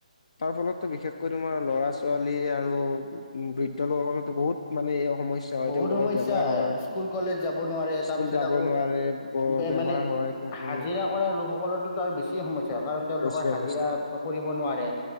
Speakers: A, on the left; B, on the left.
A: তাৰ ফলতো বিশেষকৈ তোমাৰ ল'ৰা ছোৱালী আৰু উম বৃদ্ধ লোকসকলো বহুত মানে এই সমস্যা হয়
B: বহুত
A: তেওঁ
B: সমস্যা
A: লগৰ বেমাৰ হয়।
B: স্কুল কলেজ যাব নোৱাৰে। তাৰপিছত
A: স্কুল যাব
B: আকৌ
A: নোৱাৰে ব
B: বে-
A: বেমাৰ
B: মানে
A: হয় উ
B: হাজিৰা কৰা লোকসকলৰ তো তাৰ আৰু বেছি সমস্যা কাৰণ তেওঁলোকৰ
A: বেছি
B: হাজিৰা
A: সমস্যা
B: কৰিব নোৱাৰে